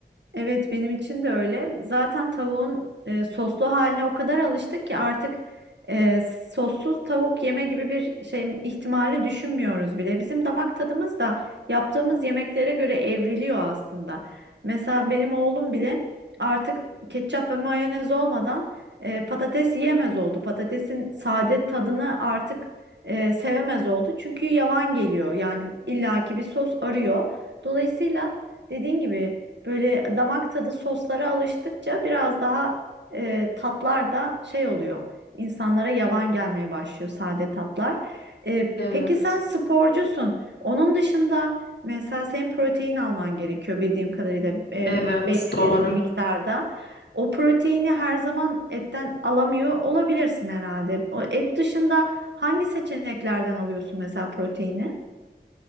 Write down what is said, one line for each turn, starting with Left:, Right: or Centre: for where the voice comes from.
Right: Evet benim için de öyle. Zaten tavuğun e, soslu haline o kadar alıştık ki artık e, sossuz tavuk yeme gibi bir şey ihtimali düşünmüyoruz bile. Bizim damak tadımız da yaptığımız yemeklere göre evriliyor aslında. Mesela benim oğlum bile artık ketçap ve mayonez olmadan e, patates yiyemez oldu. Patatesin sade tadını artık e, sevemez oldu. Çünkü yavan geliyor. Yani illaki bir sos arıyor. Dolayısıyla dediğin gibi Böyle damak tadı soslara alıştıkça biraz daha e, tatlar da şey oluyor. İnsanlara yavan gelmeye başlıyor sade tatlar. E,
Left: Evet,
Right: peki sen sporcusun. Onun dışında mesela senin protein alman gerekiyor bildiğim kadarıyla e,
Left: evet
Right: belli
Left: doğru.
Right: bir miktarda. O proteini her zaman etten alamıyor olabilirsin herhalde. O et dışında hangi seçeneklerden alıyorsun mesela proteini?